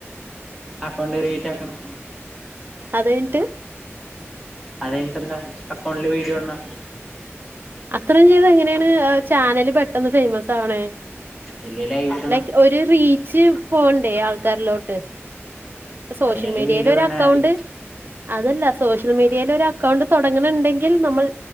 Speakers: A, in the centre; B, on the right.
A: അക്കൗണ്ട് ക്രിയേറ്റ് ആക്കണം
B: അത് കൈഞ്ഞിട്ട്
A: അതൈഞ്ഞിട്ടെന്താ അക്കൗണ്ടിൽ വീഡിയോ വന്ന്
B: അത്രേം ചെയ്ത എങ്ങനേണ് ചാനല് പെട്ടെന്ന് ഫേമസ് ആവ്ണെ
A: ഇല്ലേ ലൈവ് ഇടണം
B: ലൈക്‌ ഒരു റീ ജ്ജ് പോവ്ണ്ടേ ആൾക്കാരിലോട്ട് സോഷ്യൽ
A: അതിനൊരു
B: മീഡിയയിലൊരെക്കൗണ്ട്
A: വീഡിയോ ഇടണം ആദ്യം
B: അതല്ല സോഷ്യൽ മീഡിയൽ ഒരെക്കൗണ്ട് തൊടങ്ങ്ണ് ണ്ടെങ്കിൽ നമ്മൾ